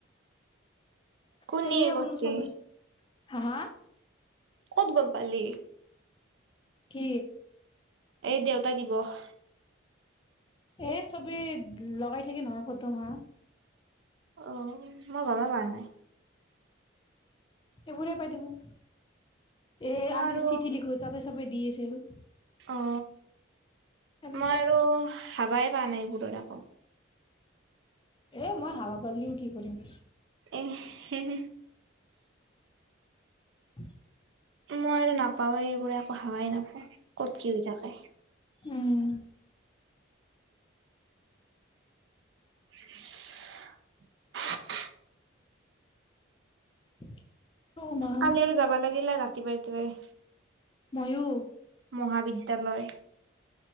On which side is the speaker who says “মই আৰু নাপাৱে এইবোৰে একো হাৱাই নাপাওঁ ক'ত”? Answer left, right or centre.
Right